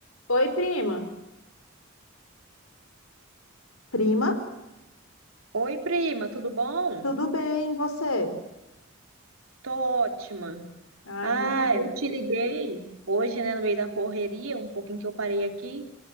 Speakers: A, on the left; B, on the right.
A: Oi, prima. Prima,
B: Oi, prima, tudo bom?
A: tudo bem, e você?
B: Tô ótima.
A: Ah,
B: Ah,
A: então tá bom.
B: eu te liguei hoje, né, no meio da correria, um pouquinho que eu parei aqui.